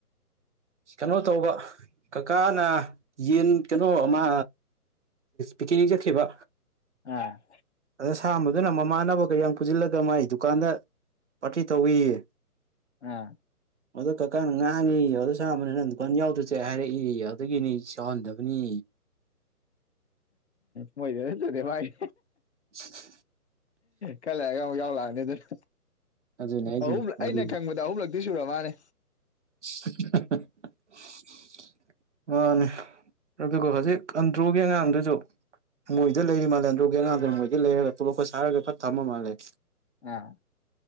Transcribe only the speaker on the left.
ꯑ
ꯑ
ꯃꯣꯏꯖꯁꯨꯗꯦ ꯃꯥꯒꯤ
ꯈꯜꯂꯑꯒ ꯑꯃꯨꯛ ꯌꯥꯎ ꯂꯥꯛꯑꯅꯤ ꯑꯗꯨꯅ
ꯑꯍꯨꯝꯂ
ꯑꯩꯅ ꯈꯪꯕꯗ ꯑꯍꯨꯝꯂꯛꯇꯤ ꯁꯨꯔ ꯃꯥꯜꯅꯦ
ꯎꯝ